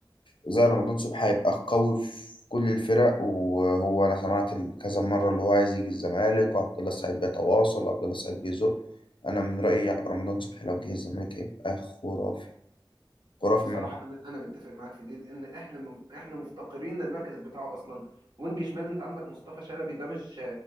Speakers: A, on the left; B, on the right.
A: زي رمضان صبحي هيبقى قوي في كل الفرق وهو انا سمعت ال- كذا مره اللي هو عايز يجي الزمالك وعبد الله السعيد بيتواصل وعبد الله السعيد بيزق انا من رايي رمضان صبحي لو جه الزمالك هيبقى خرافي خرافي
B: بصراحة
A: من
B: أنا أنا متفق معاك في دي لأن إحنا م- إحنا مفتقرين للمركز بتاعه أصلا وينج شمال أنت عندك مصطفى شلبي ده مش